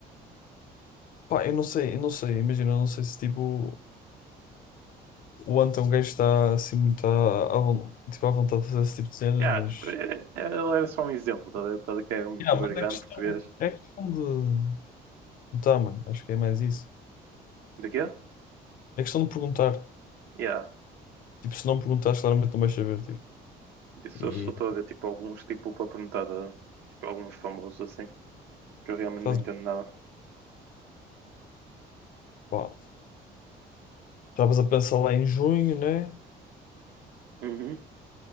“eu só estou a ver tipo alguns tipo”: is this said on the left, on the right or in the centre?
Right